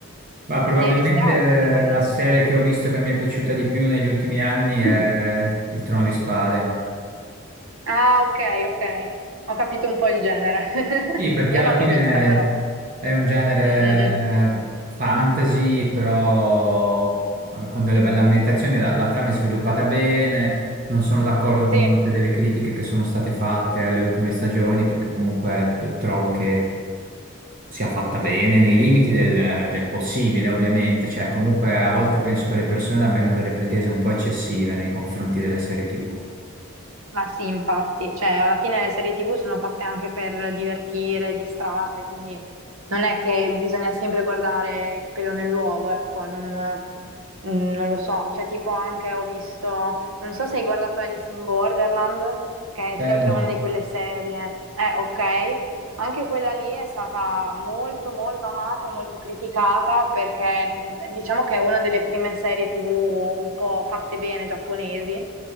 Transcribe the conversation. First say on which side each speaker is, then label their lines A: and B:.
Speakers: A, on the right; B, on the right.
A: Ma probabilmente
B: Ne hai viste altre ultimamente?
A: la serie che ho visto che mi è piaciuta di più negli ultimi anni è
B: Mm.
A: Il, Il Trono di Spade.
B: Ah, ok, ok. Ho capito un po' il genere. <laughs>
A: Sì, perché
B: Io
A: alla
B: non
A: fine
B: l'ho vista, però.
A: è un genere
B: Mm, mm, mm.
A: eh, fantasy, però eh, con delle belle ambientazioni, la, la trama è sviluppata bene, non sono d'accordo con
B: Sì.
A: molte delle critiche che sono state fatte alle ultime stagioni, perché comunque eh, trovo che sia fatta bene nei limiti del, del possibile, ovviamente, cioè comunque a volte penso che le persone abbiano delle pretese un po' eccessive nei confronti delle serie TV.
B: Ma sì, infatti, cioè alla fine le serie TV sono fatte anche per divertire, distrarre, quindi non è che bisogna sempre guardare il pelo nell'uovo, ecco, non, mm, non lo so, cioè tipo anche ho visto, non so se hai guardato Alice in Borderland, che è
A: Eh,
B: sempre
A: no,
B: una di quelle serie, eh ok, anche quella lì è stata molto molto amata e molto criticata perché mm, diciamo che è una delle prime serie TV un po' fatte bene giapponesi